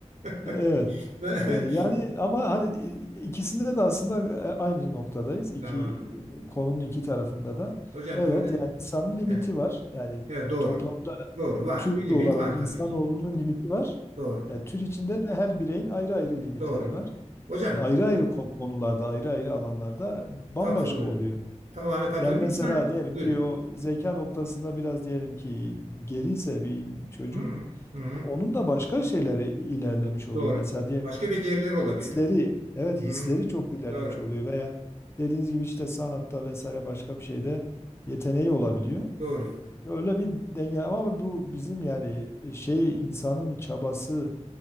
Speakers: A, on the right (about 85°); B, on the left (about 20°).
A: <laughs>
B: Evet.
A: Ben-
B: Ee, Yani ama hani i- ikisinde de aslında e, aynı noktadayız. İki
A: <laughs> Tamamdır.
B: konunun iki tarafında da.
A: Hocam
B: Evet
A: burada
B: yani insanın limiti
A: evet,
B: var. Yani
A: evet, doğru.
B: toplamda
A: Doğru var.
B: tür
A: Bir limit
B: olarak
A: var
B: insanoğlunun
A: tabii ki.
B: limiti var.
A: Doğru.
B: Yani tür içinde de her bireyin ayrı ayrı limitleri
A: Doğru.
B: var.
A: Hocam
B: Yani ayrı ayrı ko- konularda, ayrı ayrı alanlarda bambaşka
A: katılıyorum.
B: oluyor.
A: Tamamen katılıyorum.
B: Yani mesela
A: Bir saat.
B: diyelim
A: Buyurun.
B: ki o zeka noktasında biraz diyelim ki geriyse bir çocuk
A: Hı -hı. Hı -hı.
B: onun da başka şeyleri ilerlemiş oluyor.
A: Doğru.
B: Mesela diyelim
A: Başka
B: ki
A: beceriler olabilir.
B: Hisleri, evet
A: Hı
B: hisleri
A: -hı.
B: çok ilerlemiş
A: Doğru.
B: oluyor veya dediğiniz gibi işte sanatta vesaire başka bir şeyde yeteneği olabiliyor.
A: Doğru.
B: Öyle bir denge ama bu bizim yani e, şey insanın çabası,